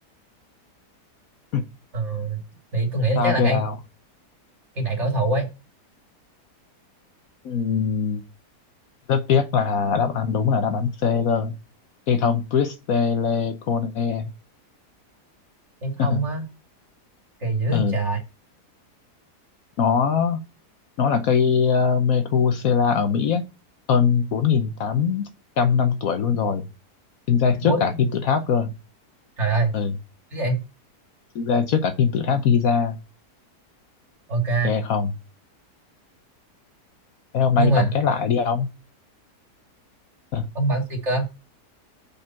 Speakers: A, on the left; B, on the right.
A: <laughs>
B: ờ, thì tôi nghĩ là
A: sao
B: chắc là
A: cây
B: cây
A: đào
B: cây đại cổ thụ ấy
A: Ừm, rất tiếc là đáp án đúng là đáp án C cơ cây thông Bristlecone
B: cây thông
A: <laughs>
B: á cây dữ
A: ừ
B: trời
A: nó nó là cây uh, Methuselah ở Mỹ ấy, hơn bốn nghìn tám trăm năm tuổi luôn rồi sinh ra
B: bốn
A: trước cả kim tự tháp cơ
B: trời ơi
A: ừ
B: chứ vậy
A: sinh ra trước cả kim tự tháp Giza
B: ok
A: ghê không Thế hôm
B: nhưng
A: nay
B: mà
A: tổng kết lại đi ông. Ờ,
B: ông bảo gì cơ